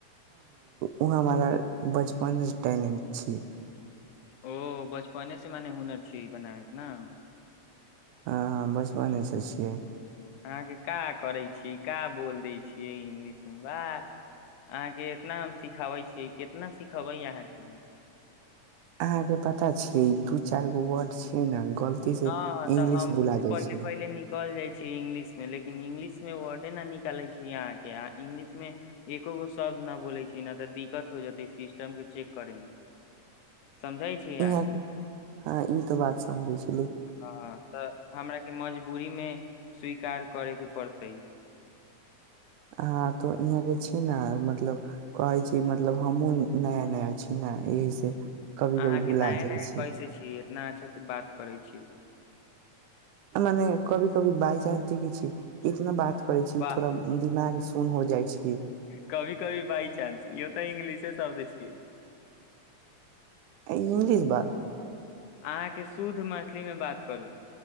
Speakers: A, on the right; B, on the left.
A: ओ हमरा बचपनेसँ टैलेंट छै।
B: ओ बचपने से मने हुनर छी, ई बनाबैके ने
A: हँ हँ बचपनेसँ छियै।
B: अहाँके का करै छी क बोल दै छियै इंगलिश मे बात अहाँके इतना हम सिखाबै छीियै कितना सिखेबै अहाँके <inaudible>
A: अहाँके प पता छै। ू चारि गो वर्ड छै। ने गलती से
B: हँ,
A: इंग्लिश
B: तऽ हमरो
A: बुला
B: से
A: जाइ
B: पहिले
A: छै
B: पहिले निकल जाय छै। इंगलिश मे लेकिन इंगलिश मे वर्डे न निकालै छी, अहाँ के इंगलिश मे एको गो शब्द न बोले छी, नहि तऽ दिक्कत हो जेते सिस्टम के चेक करे मे समझे छी अहाँ
A: इ
B: के
A: हँ ई त बात समझी छै,
B: हँ तऽ हमरा के मजबूरी मे स्वीकार करयके पड़तै
A: हँ तो इहाँके छी, ने मतलब कहै छी, मतलब हमहहुँ नया नया छी, ने एहिह से कभी कभी
B: अहाँके
A: बुला
B: नया
A: जाइ
B: नया
A: छी
B: कैसे छीियै इतना अच्छा से बात करै छी,
A: मने कभी कभी बाइ चंस देख छी इतना बात करै छी
B: वाह
A: थोड़ा दिमाग सुन हो जाइ छी
B: कभी कभी बाइ चाान्स इहो तऽ इंग्लिशे शब्द छियै।
A: इंग्लिश बात
B: अहाँके शुद्ध मैथिलीमे बात करू